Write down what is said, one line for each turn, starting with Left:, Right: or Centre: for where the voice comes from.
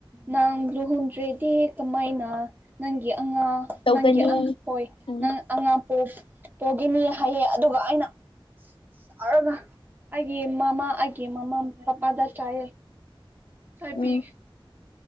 Right: ꯅꯪ ꯂꯨꯍꯣꯡꯗ꯭ꯔꯦꯗꯤ ꯀꯃꯥꯏꯅ ꯅꯪꯒꯤ ꯑꯉꯥꯡ꯫
Left: ꯇꯧꯒꯅꯤ
Right: ꯅꯪꯒꯤ ꯑꯥ ꯍꯣꯏ
Left: ꯎꯝ
Right: ꯅꯪ ꯑꯉꯥꯡ ꯄꯣ ꯄꯣꯒꯤꯅꯤ ꯍꯥꯏꯌꯦ ꯑꯗꯨꯒ ꯑꯩꯅ꯫ ꯁꯥꯔꯒ ꯑꯩꯒꯤ ꯃꯃꯥ ꯑꯩꯒꯤ ꯃꯃꯥ ꯄꯥꯄꯥꯗ ꯆꯥꯏꯌꯦ꯫ ꯊꯥꯏꯕꯤ
Left: ꯎꯝ